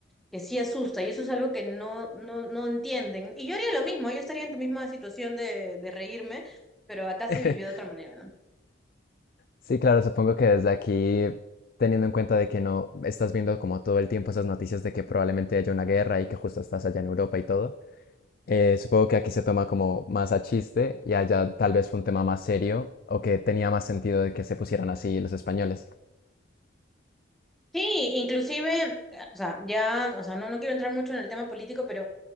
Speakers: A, in the centre; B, on the left.
A: que sí asusta, y eso es algo que no, no, no entienden. Y yo haría lo mismo, yo estaría en tu misma situación de, de reírme, pero acá se
B: <laughs>
A: vivió de otra manera, ¿no?
B: Sí, claro, supongo que desde aquí, teniendo en cuenta de que no estás viendo como todo el tiempo esas noticias de que probablemente haya una guerra y que justo estás allá en Europa y todo, eh, supongo que aquí se toma como más a chiste y allá tal vez fue un tema más serio o que tenía más sentido de que se pusieran así los españoles.
A: Sí, inclusive, eh, o sea, ya, o sea, no, no quiero entrar mucho en el tema político, pero